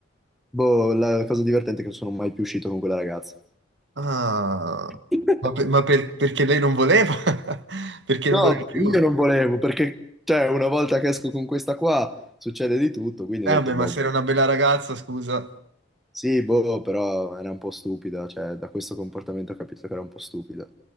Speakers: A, in the centre; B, on the right.
A: Boh, la cosa divertente è che non sono mai più uscito con quella ragazza.
B: Ah,
A: <laughs>
B: ma, per- ma per- perché lei non voleva? <laughs> Perché non
A: No,
B: voleva più?
A: io non volevo, perché cioè, una volta che esco con questa qua succede di tutto, quindi
B: Eh,
A: ho detto,
B: vabbè,
A: boh.
B: ma se era una bella ragazza, scusa.
A: Sì, boh, però era un po' stupida, cioè da questo comportamento ho capito che era un po' stupida.